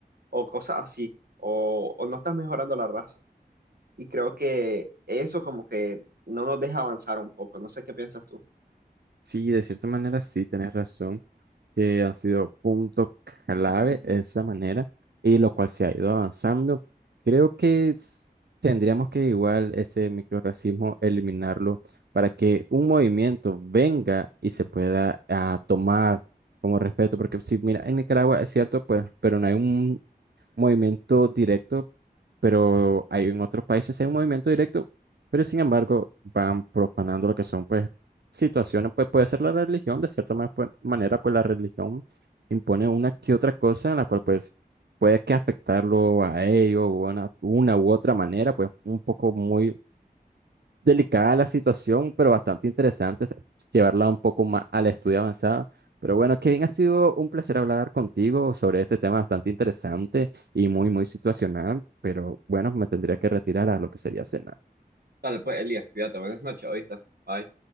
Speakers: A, on the right; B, on the right.
A: o cosas así, o, o no estás mejorando la raza. Y creo que eso como que no nos deja avanzar un poco. No sé qué piensas tú.
B: Sí, de cierta manera sí, tenés razón, que han sido punto clave esa manera y lo cual se ha ido avanzando. Creo que s- tendríamos que igual ese microrracismo eliminarlo para que un movimiento venga y se pueda ah, tomar como respeto, porque sí, mira, en Nicaragua es cierto, pues, pero no hay movimiento directo, pero hay en otros países hay un movimiento directo, pero sin embargo van profanando lo que son pues situaciones, pues puede ser la religión, de cierta ma- pues, manera pues la religión impone una que otra cosa en la cual pues puede que afectarlo a ellos o una, una u otra manera, pues un poco muy delicada la situación, pero bastante interesante es llevarla un poco más al estudio avanzado. Pero bueno, Kevin, ha sido un placer hablar contigo sobre este tema bastante interesante y muy, muy situacional, pero bueno, me tendría que retirar a lo que sería cenar.
A: Dale, pues, Elías, cuídate, buenas noches, ahorita. Bye.